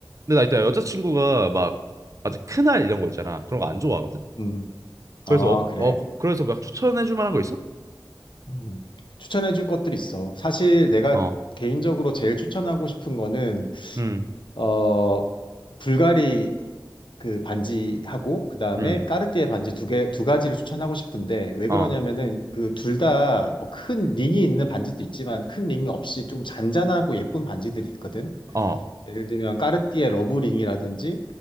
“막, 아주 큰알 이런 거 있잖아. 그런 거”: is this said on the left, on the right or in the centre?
Right